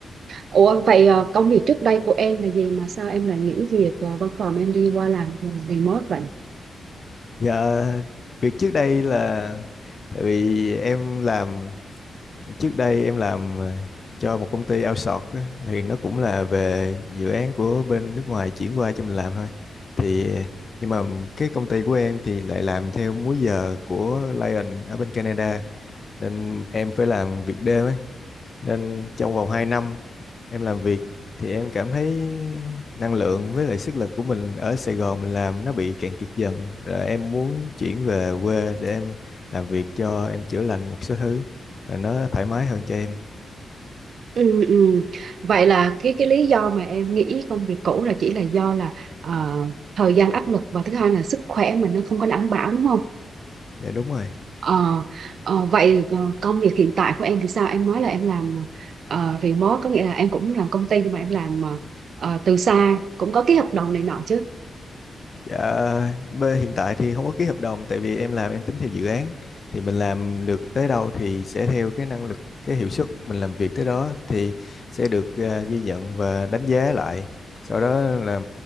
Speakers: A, on the right (about 60°); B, on the left (about 35°).
A: Ủa vậy ờ, công việc trước đây của em là gì mà sao em lại nghỉ việc và văn phòng em đi qua làm remote vậy?
B: Dạ việc trước đây là tại vì em làm trước đây em làm à, cho một công ty outsource á, thì nó cũng là về dự án của bên nước ngoài chuyển qua cho mình làm thôi. Thì nhưng mà cái công ty của em thì lại làm theo múi giờ của Lion ở bên Canada nên em phải làm việc đêm ấy nên trong vòng 2 năm em làm việc thì em cảm thấy năng lượng với lại sức lực của mình ở Sài Gòn mình làm nó bị cạn kiệt dần rồi em muốn chuyển về quê để em làm việc cho em chữa lành một số thứ rồi nó thoải mái hơn cho em
A: Ừ, ừ. Vậy là cái cái lý do mà em nghỉ công việc cũ là chỉ là do là ờ, thời gian áp lực và thứ hai là sức khỏe mình nó không có đảm bảo đúng không?
B: dạ đúng rồi
A: Ờ, ờ, vậy ờ, công việc hiện tại của em thì sao? Em nói là em làm ờ, remote có nghĩa là em cũng làm công ty nhưng mà em làm ờ, ờ, từ xa cũng có ký hợp đồng này nọ chứ?
B: Dạ, bê- hiện tại thì không có ký hợp đồng tại vì em làm em tính theo dự án thì mình làm được tới đâu thì sẽ theo cái năng lực cái hiệu suất mình làm việc tới đó thì sẽ được à, ghi nhận và đánh giá lại. Sau đó là